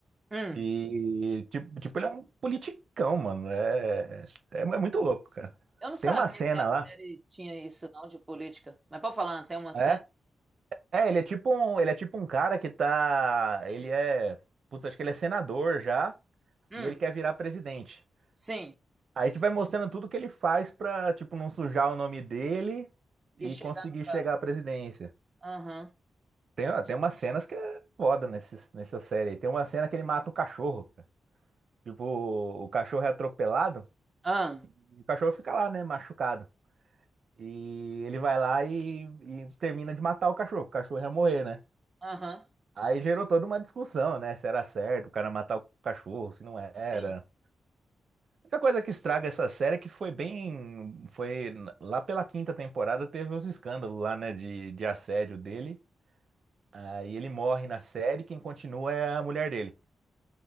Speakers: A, on the right; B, on the right.
A: Hum.
B: E, tipo, tipo, ele é um politicão, mano. É, é, é muito louco, cara.
A: Eu não sabia
B: Tem uma cena
A: que a série
B: lá.
A: tinha isso, não, de política. Mas pode falar, tem uma cena.
B: É, é, ele é tipo um, ele é tipo um cara que tá. Ele
A: Hum.
B: é. Putz, acho que ele é senador já.
A: Hum.
B: E ele quer virar presidente.
A: Sim.
B: Aí tu vai mostrando tudo que ele faz pra, tipo, não sujar o nome dele e
A: E chegar
B: conseguir
A: no carro.
B: chegar à presidência.
A: Aham.
B: Tem, tem umas cenas que é foda nesse, nessa série aí. Tem uma cena que ele mata o cachorro, cara. Tipo, o cachorro é atropelado
A: Aham.
B: e o cachorro fica lá, né, machucado. E ele vai lá e, e termina de matar o cachorro, o cachorro ia morrer, né?
A: Aham.
B: Aí gerou toda uma discussão, né? Se era certo o cara matar o cachorro, se não era.
A: Sim.
B: A única coisa que estraga essa série é que foi bem. Foi lá pela quinta temporada teve os escândalos lá, né? De, de assédio dele. Aí ele morre na série, quem continua é a mulher dele.